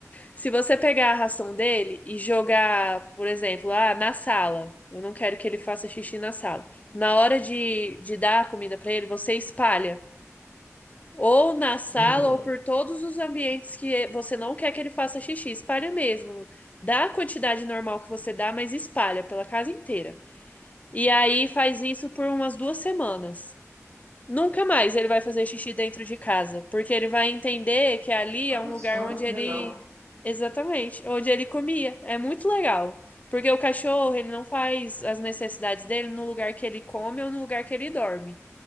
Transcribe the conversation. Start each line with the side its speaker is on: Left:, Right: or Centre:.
Left: Se você pegar a ração dele e jogar, por exemplo, ah, na sala, eu não quero que ele faça xixi na sala. Na hora de, de dar a comida para ele, você espalha ou na sala
Right: Uhum.
Left: ou por todos os ambientes que você não quer que ele faça xixi. Espalha mesmo. Dá a quantidade normal que você dá, mas espalha pela casa inteira. E aí faz isso por umas duas semanas. Nunca mais ele vai fazer xixi dentro de casa, porque ele vai entender que ali
Right: Olha
Left: é um
Right: só,
Left: lugar onde
Right: que
Left: ele.
Right: legal.
Left: Exatamente, onde ele comia. É muito legal. Porque o cachorro, ele não faz as necessidades dele no lugar que ele come ou no lugar que ele dorme.